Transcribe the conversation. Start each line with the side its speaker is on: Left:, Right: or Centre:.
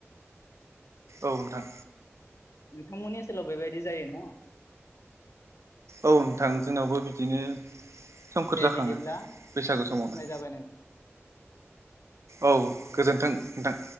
Right: औ नोंथां
Left: नोंथांमोननि ओनसोलाव बेबायदि जायो न?
Right: औ नोंथां जोंनावबो बिदिनो सोमखोर
Left: दे
Right: जाखाङो
Left: बिदिब्ला
Right: बैसागो समावनो
Left: होनाय जाबाय नों
Right: औ गोजोन्थों नोंथां